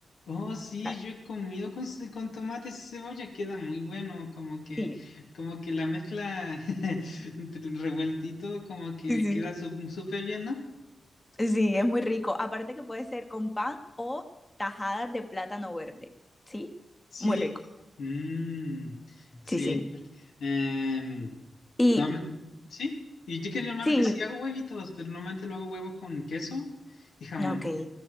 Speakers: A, on the left; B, on the left.
A: Oh, sí,
B: Ta-
A: yo he comido con, ce- con tomate y cebolla, queda muy bueno, como que,
B: Sí,
A: como que la mezcla <laughs> entre el revueltito, como que
B: Sí, sí.
A: queda sup- súper bien, ¿no?
B: sí, es muy rico. Aparte que puede ser con pan o tajadas de plátano verde, ¿sí?
A: Sí,
B: Muy rico,
A: mm, sí,
B: sí, sí.
A: porque, em,
B: Y
A: normalmente- sí, y yo que normalmente
B: sí,
A: sí hago huevitos, pero normalmente lo hago huevos con queso y jamón.
B: ok.